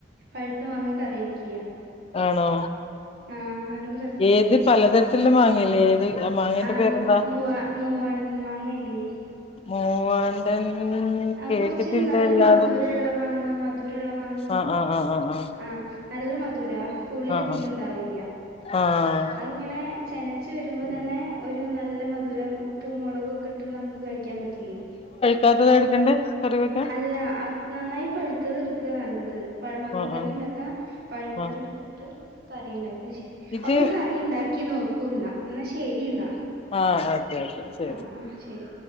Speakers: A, on the right; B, on the left.
A: പഴുത്ത മാങ്ങ കറി വെക്കിയ
B: ആണോ
A: ആഹ നല്ല രസാ
B: ഏത് പലതരത്തിലുള്ള മാങ്ങല്ലേ ഏത് മാങ്ങന്റെ
A: ആ
B: പേരെന്താ
A: മൂവാ. മൂവാണ്ടൻ മാങ്ങയില്ലേ.
B: മൂവാണ്ടൻ.
A: ആ
B: കേട്ടിട്ടില്ല
A: കൊറച്ച് നല്ല
B: അല്ലാതെ
A: മധുരള്ള മാങ്ങ മധുരള്ള മാങ്ങ
B: ആഹ് ആഹ് ആഹ് ആഹ് ആഹ്
A: ആ നല്ല മധുരാ പുളി
B: ആഹ്
A: അധികയുണ്ടാവില്ല
B: ആഹ് ആഹ്
A: അങ്ങനെ ചെനച്ച് വരുമ്പോതന്നെ ഒരു നല്ല മധുരം ഉപ്പും മുളകും ഒക്കെ നമുക്ക് കഴിക്കാൻ പറ്റില്ലേ
B: ജാധത എടുക്കണ്ടേ കറിവെക്കാ.
A: അല്ല അ നന്നായി പഴുത്തത് എടുക്കാ നല്ലത്. പഴ മാങ്ങ
B: ആഹ്
A: കറി
B: ആഹ്
A: ഉണ്ടാക്ക പഴുത്ത
B: ആഹ്
A: എടുത്തിട്ട് കറി ഉണ്ടാക്ക ചെയ്യ
B: ഇത്
A: ഒന്ന് കറി ഉണ്ടാക്കി നോക്കുയെന്നാ എന്നാ ശരി എന്നാ
B: ആഹ് ഓക്കെ ഓക്കെ ശരി
A: ആ ആ ശരി